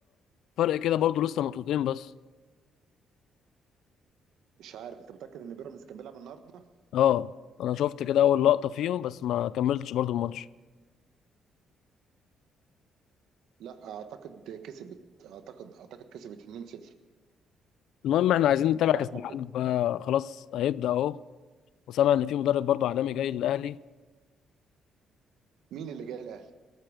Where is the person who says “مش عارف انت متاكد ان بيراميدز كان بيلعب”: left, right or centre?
Right